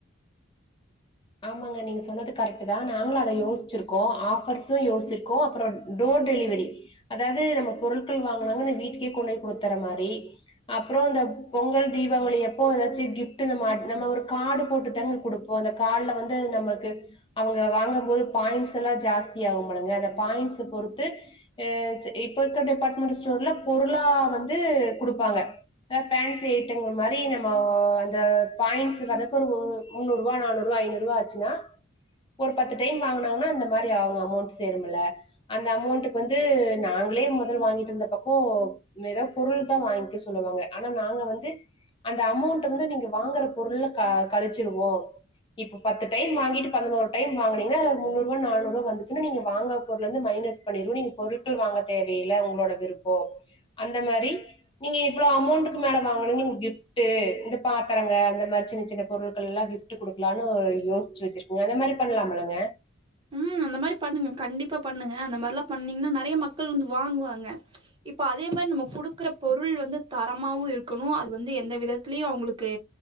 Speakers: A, on the left (about 25°); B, on the right (about 25°).
A: ஆமாங்க நீங்க சொன்னது கரெக்ட்டு தா நாங்களு அத யோசிச்சிர்க்கோ ஆஃபர்ஸு யோச்சிருக்கோ அப்றோ டோர் டெலிவரி அதாது நம்ம பொருள்கள் வாங்கனாங்கனா வீட்டுக்கே கொண்டு போய் குடுத்தற மாரி அப்றோ இந்த பொங்கல் தீபாவளி அப்போ ஏதாச்சு கிஃப்ட் நம்ம நம்ம ஒரு காடு போட்டு தாங்க குடுப்போ அந் காட்ல வந்து நம்மளுக்கு அவங்க வாங்கம்போது பாயின்ஸ்சல்லா ஜாஸ்தி ஆகுமில்லங்க அந்த பாயின்ஸ்ச பொறுத்து அ இப்ப இருக்க டிபார்ட்மெண்ட் ஸ்டோர்ல பொருளா வந்து குடுப்பாங்க பேன்சி ஐட்டங்கள் மாரி நம்மோ அந்த பாயிண்ட்ஸ்சுகதக்கு ஒரு முன்னுறூ ரூபா நானுநூ ரூவா ஐநூறு ரூவா ஆச்சுன்னா ஒரு பத்து டைம் வாங்குனாங்கன்னா அந்த மாரி ஆவும் அமௌண்ட் சேருமில்ல அந்த அமௌண்ட்டுக்கு வந்து நாங்களே மொதல் வாங்கிட்டு வந்த பக்கோ நம்ம ஏதா பொருள் தா வாங்க்க சொல்லுவாங்க ஆனா நாங்க வந்து அந்த அமௌண்ட்ட வந்து நீங்க வாங்கற பொருள்ள க கழிச்சிருவோ இப்போ பத்து டைம் வாங்கிட்டு பதினோர் டைம் வாங்குனிங்கனா அதுல முன்னூரூவா நானூரூவா வந்துச்சினா நீங்க வாங்க பொருள்லேருந்து மைனஸ் பண்ணிருவோ நீங்க பொருட்கள் வாங்க தேவயில்ல உங்களோட விருப்போ அந்த மாரி நீங்க இவ்ளோ அமௌண்ட்டுக்கு மேல வாங்குனிங் <unintelligible> கிஃப் டு இந்த பாத்தரங்க அந்த மாரி சின்னச் சின்ன பொருட்கள்லா கிஃப்ட்டு குடு க்கலான்னு யோசிச்சு வச்சிருக்கங்க அந்த மாரி பண்லாமுலங்க
B: ம் அந்த மாரி பண்ணுங்க கண்டிப்பா பண்ணுங்க அந்த மார்லா பண்ணீங்கன்னா நறைய மக்கள் வந்து வாங்குவாங்க இப்போ அதே மாரி நம்ம குடுக்குற பொருள் வந்து தரமாவு இருக்கணு அது வந்து எந்த விதத்துலயு அவ்ங்களுக்கு